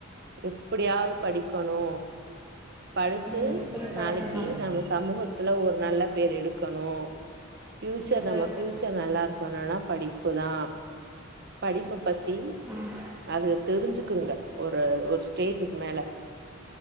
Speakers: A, on the right (about 55°); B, in the centre.
A: எ ப்படியாது படிக்கணு படிச்சு
B: நீங்க சொல்ல
A: நாளக்கி
B: கரெக்ட்டு தா
A: நம்ம சமூகத்துல ஒரு நல்ல பேர் எடு க்கணு ஃபியூச்சர்
B: எல்லாருக்கு
A: நம்ம ஃபியூச்சர் நல்லா இருக்கணுன்னா படி அப்பதா படிப்ப பத்தி
B: ஆமா
A: அது தெரிஞ்சுக்குங்க ஒரு ஒரு ஸ்டேஜுக்கு மேல